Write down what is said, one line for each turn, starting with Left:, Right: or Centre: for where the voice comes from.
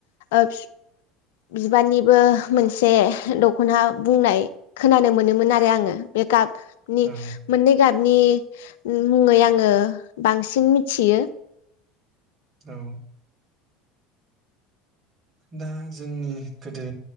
Left: ओबस बिबारनिबो मोनसे दखना बुंनाय खोनानो मोनोमोन आरो आङो बे गाब नि
Right: औ
Left: मोननै गाबनि मुङै आङो बांसिन मिथियो
Right: औ दा जोंनि गोदो